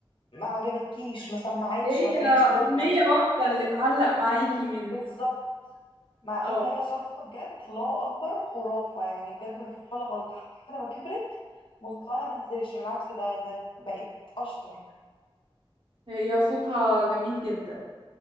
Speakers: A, on the left; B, on the right.
A: ما عجبتكيش ما سمعتش
B: هي
A: ما خدتش ضجه
B: أغنية واحدة اللي تعلق معاكي من
A: بالظبط مع
B: اه
A: ان هي صوتها بجد الله اكبر خرافه يعني بجد ما فيش ولا غلطه حتى بعد ما كبرت مستواها ما نزلش بالعكس ده ده بقت اشطر
B: هي صوتها جميل جدا